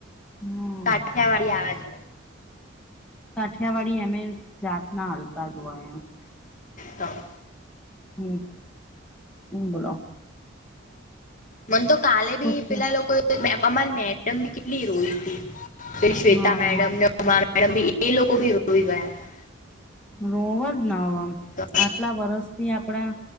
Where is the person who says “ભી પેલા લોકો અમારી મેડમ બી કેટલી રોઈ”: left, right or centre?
Left